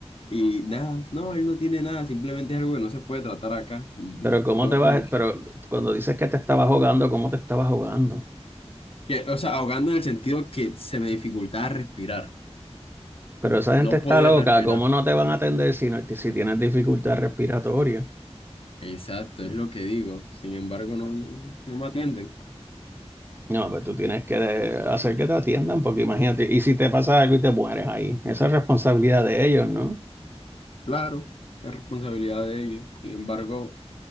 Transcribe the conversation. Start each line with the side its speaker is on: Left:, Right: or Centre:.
Left: Y nada, no, él no tiene nada, simplemente es algo que no se puede tratar acá. Y
Right: Pero cómo
Left: yo
Right: te vas,
Left: como que,
Right: pero cuando dices que te estabas jugando, ¿cómo te estabas jugando?
Left: Que, o sea, ahogando en el sentido que se me dificultaba respirar.
Right: Pero esa gente
Left: No
Right: está
Left: podía
Right: loca,
Left: respirar.
Right: ¿cómo no te van a atender si, no, si tienes dificultad respiratoria?
Left: Exacto, es lo que digo. Sin embargo, no, no me atienden.
Right: No, pues tú tienes que de- hacer que te atiendan, porque imagínate, y si te pasa algo y te mueres ahí, esa es responsabilidad de ellos, ¿no?
Left: Claro, es responsabilidad de ellos. Sin embargo,